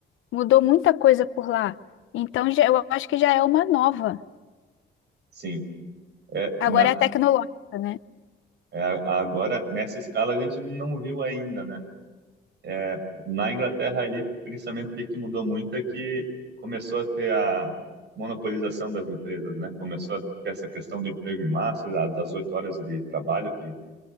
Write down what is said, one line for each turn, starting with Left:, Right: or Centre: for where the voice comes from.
Left: Mudou muita coisa por lá. Então, já- eu acho que já é uma nova.
Right: sim. É,
Left: Agora
Right: na,
Left: é tecnológica, né?
Right: É, a- agora, nessa escala, a gente não viu ainda, né? É, na Inglaterra ali, principalmente o que mudou muito é que começou a ter a monopolização das empresas, né? Começou a ter essa questão do emprego em massa, da- das oito horas de trabalho, que